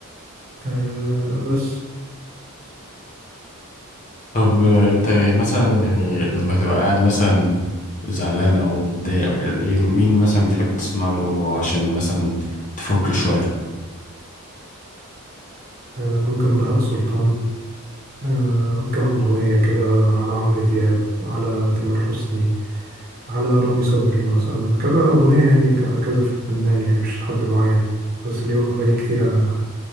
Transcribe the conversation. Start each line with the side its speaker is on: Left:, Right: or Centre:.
Right: آه بس
Left: طب آه، انت مثلا يعني لما تبقى قاعد مثلا زعلان او متضايق او كده ايه مين مثلا بتحب تسمع له عشان مثلا تفك شوية
Right: آه ممكن بهاء سلطان آه كم أغنية كده على عمرو دياب على تامر حسني على رامي صبري مثلا كذا أغنية يعني ك- كذا فنان يعني مش حد معين بس ليهم أغاني كتيرة